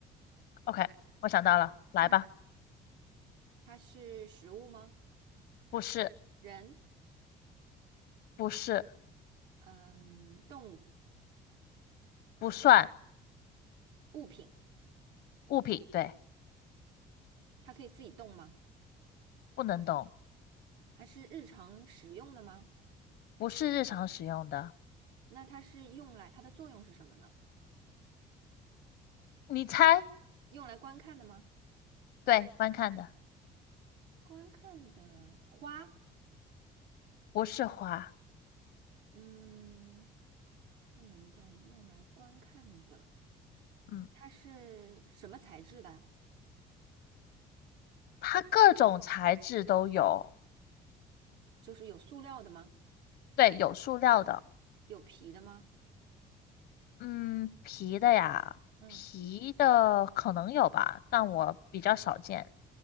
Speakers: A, on the left; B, on the right.
A: OK，我想到了，来吧。
B: 嗯，它是食物吗？
A: 不是，
B: 人，
A: 不是，
B: 嗯，动物，
A: 不算
B: 物品，
A: 物品，对，
B: 它可以自己动吗？
A: 不能动，
B: 它是日常使用的吗？
A: 不是日常使用的。
B: 那它是用来，它的作用是什么呢？
A: 你猜，
B: 用来观看的吗？
A: 对，观看的，
B: 观看的花，
A: 不是花。
B: 嗯，不能动，用来观看的，
A: 嗯，
B: 它是什么材质的？
A: 它各种材质都有，
B: 就是有塑料的吗？
A: 对，有塑料的，
B: 有皮的吗？
A: 嗯，皮的呀，
B: 嗯，
A: 皮的可能有吧，但我比较少见，